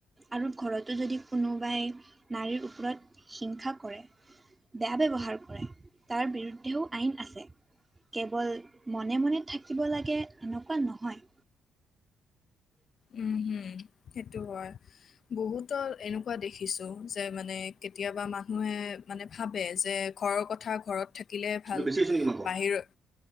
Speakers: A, on the right; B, on the left.
A: আৰু ঘৰতো যদি কোনোবাই নাৰীৰ ওপৰত হিংসা কৰে বেয়া ব্যৱহাৰ কৰে তাৰ বিৰুদ্ধেও আইন আছে কেৱল মনে মনে থাকিব লাগে এনেকুৱা নহয়।
B: উম হম সেইটো হয় বহুতৰ এনেকুৱা দেখিছো যে মানে কেতিয়াবা মানুহে মানে ভাবে যে ঘৰৰ কথা ঘৰত থাকিলে ভাল
A: বেছি হৈছে নেকি মাংস?
B: বাহিৰত